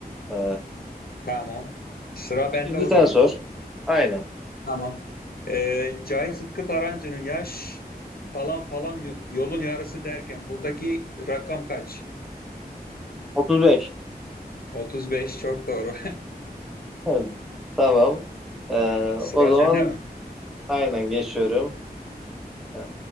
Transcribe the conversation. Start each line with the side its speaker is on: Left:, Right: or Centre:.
Centre: Ee,
Left: Tamam. Sıra bende
Centre: şimdi
Left: o
Centre: sen
Left: zaman.
Centre: sor. Aynen.
Left: Tamam. E, Cahit Sıtkı Tarancı'nın yaş falan falan yo- yolun yarısı derken buradaki rakam kaç?
Centre: 35.
Left: 35 çok doğru.
Centre: Evet, Tamam. Ee,
Left: <laughs> Sıra
Centre: o zaman
Left: sende mi?
Centre: aynen geçiyorum. Ee,